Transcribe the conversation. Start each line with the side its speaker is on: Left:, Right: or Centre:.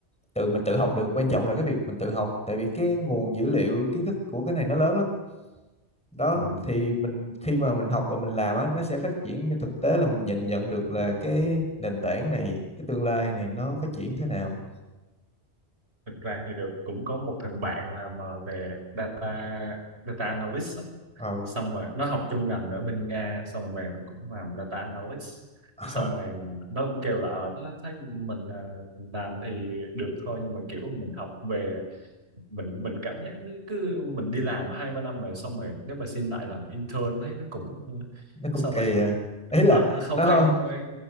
Centre: tự mình tự học được quan trọng là cái việc mình tự học tại vì cái nguồn dữ liệu kiến thức của cái này nó lớn lắm đó
Right: ừ.
Centre: thì mình khi mà mình học và mình làm á nó sẽ phát triển thực tế là mình nhìn nhận được là cái nền tảng này cái tương lai này nó phát triển thế nào
Right: thực ra thì được cũng có một thằng bạn làm ờ, về data data analyst
Centre: ờ
Right: xong rồi nó học chung ngành ở bên Nga xong rồi nó cũng làm data analytics
Centre: <laughs>
Right: xong rồi ờ, nó cũng kêu là ở thấy mình à, làm thì được thôi nhưng mà kiểu mình học về mình mình cảm giác nó cứ mình đi làm hai ba năm rồi xong rồi nếu mà xin lại làm intern thấy nó cũng ờ,
Centre: nó cũng
Right: sao
Centre: kỳ
Right: ta
Centre: à ý
Right: Ờ,
Centre: là
Right: nó không
Centre: nó
Right: phải không phải